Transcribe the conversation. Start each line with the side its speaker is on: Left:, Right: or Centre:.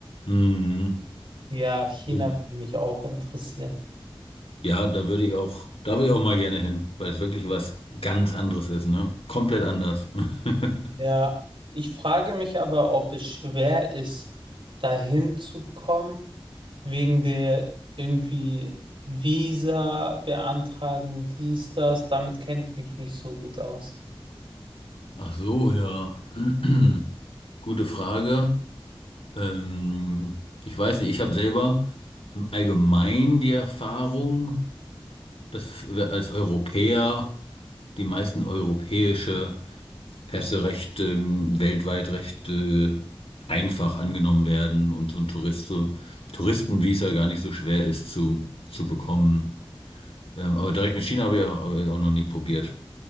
Left: Mhm.
Right: Ja, China
Left: Stimmt.
Right: würde mich auch interessieren.
Left: Ja, da würde ich auch, da würde ich auch mal gerne hin, weil es wirklich was ganz anderes ist, ne? Komplett anders. <laughs>
Right: Ja, ich frage mich aber, ob es schwer ist, dahin zu kommen, wegen der irgendwie Visa beantragen, dies, das. Damit kenne ich mich nicht so gut aus.
Left: Ach so, ja. <clears throat> Gute Frage. Ähm, ich weiß nicht, ich habe selber im Allgemeinen die Erfahrung, dass wir als Europäer die meisten europäische Pässe recht ähm, weltweit recht äh, einfach angenommen werden und so ein Tourist, so, Touristenvisa gar nicht so schwer ist zu, zu bekommen. Ähm, aber direkt mit China habe ich auch, habe ich auch noch nie probiert.